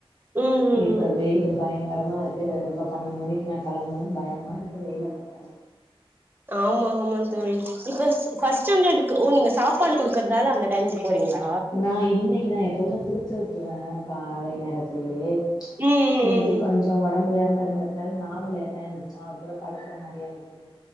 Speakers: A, on the right; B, on the left.
A: ம் ம்
B: இப்ப
A: ம்
B: வெயிலு பயங்கரமா இருக்குது இப்போ பன்னெண்டு மணிக்கு நா கெளம்பணும் பயமா இருக்கு வெயில பாத்தா
A: ஆமா ஆமா தோழி இப்ப ஃபஸ்ட் ஸ்டாண்டர்கு ஓ நீங்க சாப்பாடு குடுக்குறதால அந்த டைமுக்கு போறீங்ளா
B: நா இன்னைக்குதா எப்பொழுது குடுத்து வுட்ருவே காலை நேரத்திலயே
A: ம் ம்
B: இன்னைக்கு
A: ம்
B: கொஞ்ச கொஞ்ச ஒடம்பு முடியாம இருந்ததுனால நானு லேட்டா எந்துருச்சே அவரு கூட படுக்குற மாரி ஆயிட்டு